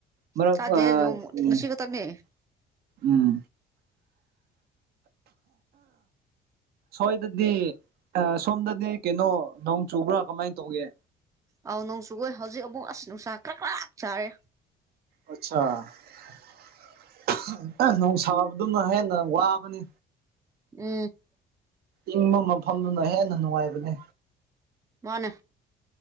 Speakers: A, on the right; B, on the right.
A: ꯃꯥꯔꯛ
B: ꯆꯥꯗꯦ
A: ꯃꯥ
B: ꯑꯗꯨ
A: ꯎꯝ
B: ꯉꯁꯤ ꯈꯛꯇꯪꯅꯦ
A: ꯎꯝ ꯁꯣꯏꯗꯗꯤ ꯁꯣꯝꯗꯗꯤ ꯀꯩꯅꯣ ꯅꯣꯡ ꯆꯨꯕ꯭ꯔꯥ ꯀꯃꯥꯏꯅ ꯇꯧꯒꯦ
B: ꯑꯧ ꯅꯣꯡꯆꯨꯌꯦ ꯍꯧꯖꯤꯛ ꯑꯃꯨꯛ ꯑꯁ ꯅꯨꯡꯁꯥ ꯈꯔ ꯈꯔ ꯁꯥꯏꯌꯦ
A: ꯑꯠꯆꯥꯥ ꯅꯣꯡ ꯁꯥꯕꯗꯨꯅ ꯍꯦꯟꯅ ꯋꯥꯕꯅꯤ
B: ꯎꯝ <unintelligible>
A: ꯏꯪꯕ ꯃꯐꯝꯗꯨꯅ ꯍꯦꯟꯅ ꯅꯨꯡꯉꯥꯏꯕꯅꯦ
B: ꯃꯥꯅꯦ